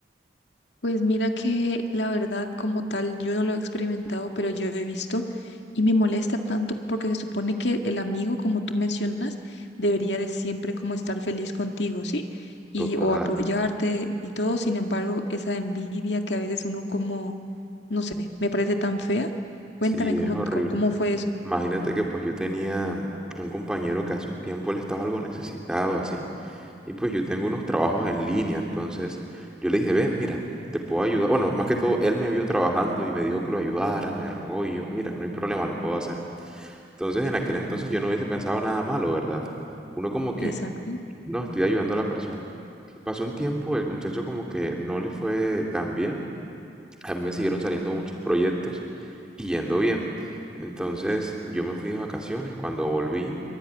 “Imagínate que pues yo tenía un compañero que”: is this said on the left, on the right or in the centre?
Centre